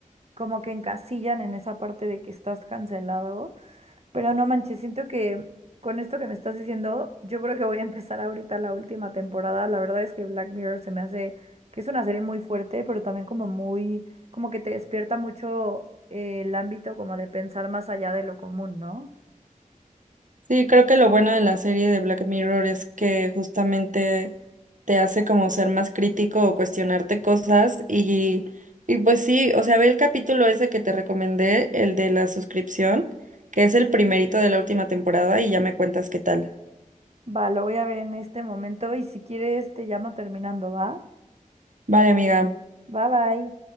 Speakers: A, on the right; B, on the right.
A: como que encasillan en esa parte de que estás cancelado. Pero no manches, siento que con esto que me estás diciendo, yo creo que voy a empezar ahorita la última temporada. La verdad es que Black Mirror se me hace que es una serie muy fuerte, pero también como muy, como que te despierta mucho eh, el ámbito como de pensar más allá de lo común, ¿no?
B: Sí, creo que lo bueno de la serie de Black Mirror es que justamente te hace como ser más crítico o cuestionarte cosas y, y pues sí, o sea, ve el capítulo ese que te recomendé, el de la suscripción, que es el primerito de la última temporada y ya me cuentas qué tal.
A: Va, lo voy a ver en este momento y si quieres te llamo terminando, ¿va?
B: Vale, amiga.
A: Bye bye.